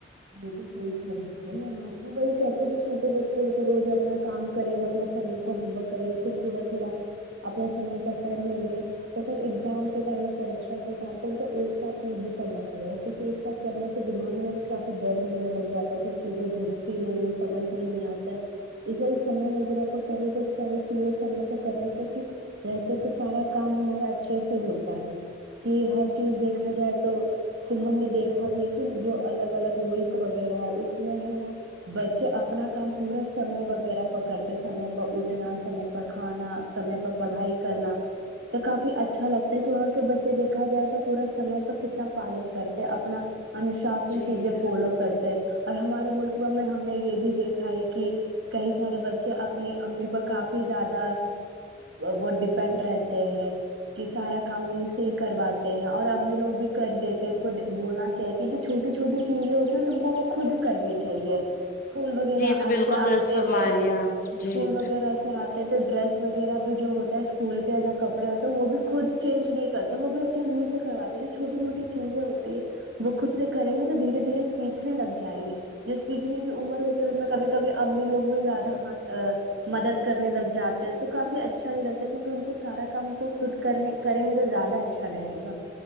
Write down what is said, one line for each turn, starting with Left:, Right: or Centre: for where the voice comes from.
Right: بالکل صحیح فرما رہی ہے آپ بھی وہی کہتے کہ چھوٹے بچے ہو تو روز اپنا کام کریں گے اپنا سمے اپنا ہوم ورک کریں گے پھر تھوڑا تھوڑا اپنے سمے پہ پڑھ لیں گے تو پھر ایگزام کے ٹائم پارکشا کے ٹائم پر تو ایک ساتھ نہیں پڑھنا پڑے گا کیونکہ سب پھڑنے سے دماغ میں کب فر درد ہونے لگ جاتا ہے کچھ چیزیں گھستی نہیں ہے سمجھ میں نہیں آتا <unintelligible> سمے وغیرہ پے کرے تو ساری چیزے سم تو کرے تو کہ رھتے تو سارا کام ہمارا اچھے سے ہوتا ہے کہ ہر چیز دیکھا جائے تو پھر ہم نے دیکھا بھی ہے کہ جو الگ الگ ملک وغیرہ ہے اس میں ہے نا بچے اپنا کام پورا سمے وغیرہ پر کرتے سمے پے اٹھنا سمے پر کھانا سمے پے پڑھائی کرنا تو کافی اچھا لگتا ہے کہ وہاں کے بچے دیکھا جائے تو پورا سمے پہ کتنا پالن کرتے ہیں اپنا انشاسن
Left: جی
Right: چیزیں فالو کرتے اور ہمارے ملک میں ہم نے یہ بھی دیکھا ہے کہ کئی سارے بچے اپنی امی پے کافی زیادہ وہ وہ ڈیپینڈ رہتے ہیں کہ سارا کام انیں سے ہی کرواتے ہیں اور امی لوگ بھی کر دیتے ان دے کو بولنا چاہ کہ جو چھوٹی چھوٹی چیزیں ہوتی ہیں تم کو وہ خود کرنی چاہیے اسکول وغیرہ
Left: جی یہ تو بالکل
Right: سے آتے
Left: درست
Right: آتے
Left: فرما
Right: ہیں
Left: رہی
Right: اسکول
Left: آپ جی
Right: وغیرہ سے آتے ہیں تو ڈریس وغیرہ بھی جو ہوتا ہے اسکول کے جو کپڑے ہوتے ہیں وہ بھی خود چینج نہیں کرتے وہ بھی امی سے کرواتے ہیں چھوٹی موٹی چیزیں ہوتی ہے وہ خود سے کریں گے تو دھیرے دھیرے سیکھنے لگ جائیں گے جس سیکھنے کی عمر ہوتی اس میں کبھی کبھی امی لوگ بھی زیادہ ہاتھ مدد کرنے لگ جاتے ہو تو کافی اچ ھا نہیں لگتا کیونکہ ان کو سارا کام کو خود کرنے کریں گے تو زیادہ اچھا لگے گا